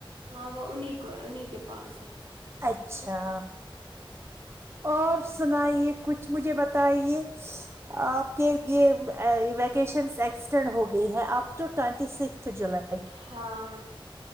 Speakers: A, on the right; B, on the right.
A: ہاں وہ انہیں کو ہے انہیں کے پاس ہے
B: اچھا اور سنائیے کچھ مجھے بتائیے آپ کے یہ ویکیشنس ایکسٹینڈ ہو گئی ہے آپ ٹو ٹوینٹی سکھ جولائی
A: ہاں <unintelligible>